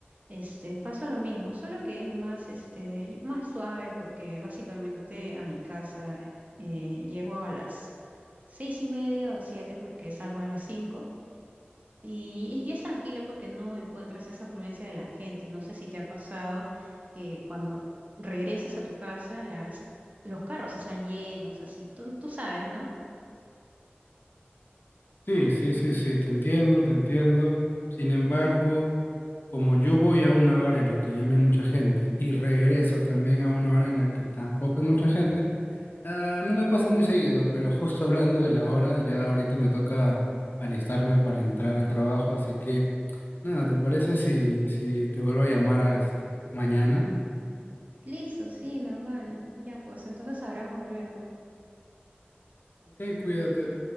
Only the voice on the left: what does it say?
Sí, sí, sí, sí, te entiendo, te entiendo. Sin embargo, como yo voy a una hora en la que ya no hay mucha gente y regreso también a una hora en la que tampoco hay mucha gente, ah, no me pasa muy seguido, pero justo hablando de la hora, ya ahorita me toca alistarme para entrar al trabajo, así que nada, ¿te parece si, si te vuelvo a llamar a este, mañana?
Ok, cuídate.